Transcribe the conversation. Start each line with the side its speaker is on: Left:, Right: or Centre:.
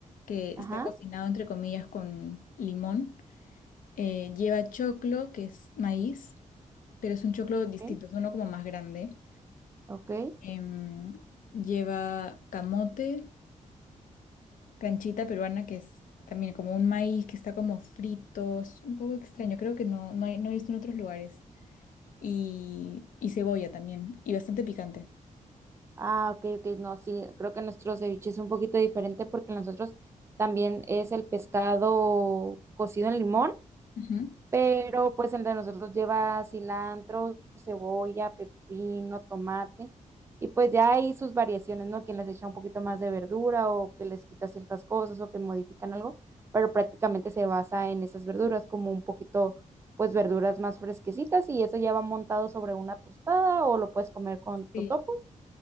Left: que está
Right: Ajá,
Left: cocinado, entre comillas, con limón. Eh, lleva choclo, que es maíz, pero es un choclo distinto,
Right: ok,
Left: es uno como más grande.
Right: ok.
Left: Em, lleva camote, canchita peruana que es también como un maíz que está como frito, es un poco extraño, creo que no, no, hay- no he visto en otros lugares. Y, y cebolla también, y bastante picante.
Right: Ah, ok, ok, no, sí, creo que nuestro ceviche es un poquito diferente porque nosotros también es el pescado cocido en limón,
Left: Ujú.
Right: pero pues el de nosotros lleva cilantro, cebolla, pepino, tomate y pues ya hay sus variaciones, ¿no? Quien les echa un poquito más de verdura o que les quita ciertas cosas o que modifican algo, pero prácticamente se basa en esas verduras como un poquito, pues verduras más fresquecitas y eso ya va montado sobre una tostada o lo puedes comer con totopos.
Left: Sí,